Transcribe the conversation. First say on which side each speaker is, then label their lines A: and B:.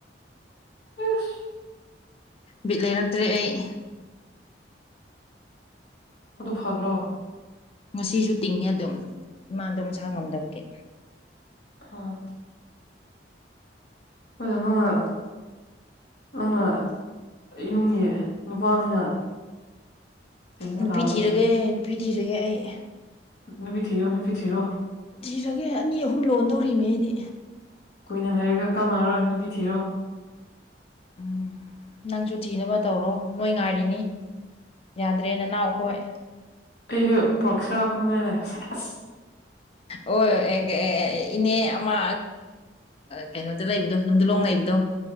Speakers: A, on the left (about 65°); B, on the left (about 35°).
A: ꯎꯁ
B: ꯕꯤꯠ ꯂꯩꯔꯛꯇ꯭ꯔꯦ ꯑꯩ
A: ꯑꯗꯨ ꯐꯗ꯭ꯔꯣ
B: ꯉꯁꯤꯁꯨ ꯇꯤꯡꯉꯦ ꯑꯗꯨꯝ ꯏꯃꯥꯗꯣ ꯃꯁꯥ ꯉꯝꯗꯕꯒꯤ
A: ꯑ ꯍꯣꯏ ꯅꯪꯅ ꯅꯪꯅ ꯌꯨꯝꯒꯤ ꯅꯨꯄꯥꯅꯤꯅ ꯇꯤꯡꯕ
B: ꯅꯨꯄꯤ
A: ꯇꯥꯕꯅꯤꯅꯦ
B: ꯊꯤꯔꯒꯦ ꯅꯨꯄꯤ ꯊꯤꯔꯒꯦ ꯑꯩ
A: ꯅꯨꯄꯤ ꯊꯤꯔꯣ ꯅ ꯅꯨ ꯐ ꯊꯤꯔꯣ
B: ꯊꯤꯔꯒꯦ ꯑꯅꯤ ꯑꯍꯨꯝ ꯂꯣꯟ ꯇꯧꯔꯤꯅꯦ ꯑꯩꯗꯤ
A: ꯀꯨꯏꯅ ꯂꯩꯔꯒ ꯀꯥꯟꯅꯔꯔꯣꯏ ꯅꯨꯄꯤ ꯊꯤꯔꯣ
B: ꯎꯝ ꯅꯪꯁꯨ ꯊꯤꯅꯕ ꯇꯧꯔꯣ ꯅꯣꯏ ꯉꯥꯏꯔꯤꯅꯤ ꯌꯥꯗ꯭ꯔꯦ ꯅꯅꯥꯎ ꯑꯩꯈꯣꯏ
A: ꯑꯩꯁꯨ ꯄ꯭ꯔꯛꯁꯔ ꯈꯟꯕꯅꯦ ꯑ ꯑꯁ
B: ꯑꯣ ꯑꯦ ꯏꯅꯦ ꯑꯃꯥ ꯀꯩꯅꯣꯗ ꯂꯩꯕꯗꯣ ꯅꯨꯡ ꯂꯣꯡ ꯂꯩꯕꯗꯣ